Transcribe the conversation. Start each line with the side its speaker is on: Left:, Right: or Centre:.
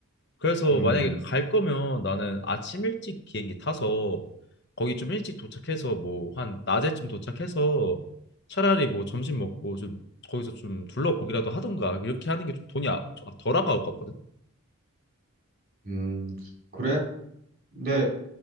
Left: 그래서
Right: 음,
Left: 만약에 갈 거면 나는 아침 일찍 비행기 타서 거기 좀 일찍 도착해서 뭐 한 낮에쯤 도착해서 차라리 뭐 점심 먹고 좀 거기서 좀 둘러보기라도 하던가 이렇게 하는 게 좀 돈이 아- 덜 아까울 것 같거든.
Right: 음, 그래. 근데